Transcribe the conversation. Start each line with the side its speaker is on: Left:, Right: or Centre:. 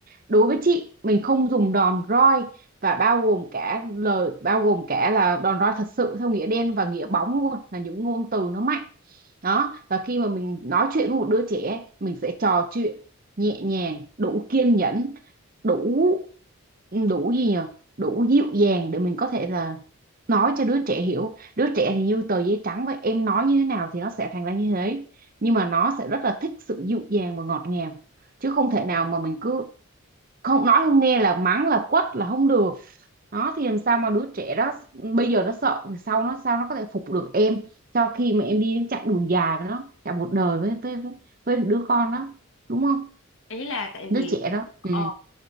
Right: đối với chị mình không dùng đòn roi và bao gồm cả lời bao gồm cả là đòn roi thật sự theo nghĩa đen và nghĩa bóng luôn là những ngôn từ nó mạnh đó và khi mà mình nói chuyện với một đứa trẻ mình sẽ trò chuyện nhẹ nhàng đủ kiên nhẫn đủ đủ gì nhỉ đủ dịu dàng để mình có thể là nói cho đứa trẻ hiểu đứa trẻ thì như tờ giấy trắng vậy em nói như thế nào thì nó sẽ thành ra như thế nhưng mà nó sẽ rất là thích sự dịu dàng và ngọt ngào chứ không thể nào mà mình cứ không nói không nghe là mắng là quất là không được đó thì làm sao mà đứa trẻ đó bây giờ nó sợ thì sau nó sao nó có thể phục được em cho khi mà em đi chặng đường dài với nó cả một đời với với với, với đứa con đó đúng không
Left: ý là tại
Right: đứa
Left: vì
Right: trẻ đó
Left: ờ,
Right: ừ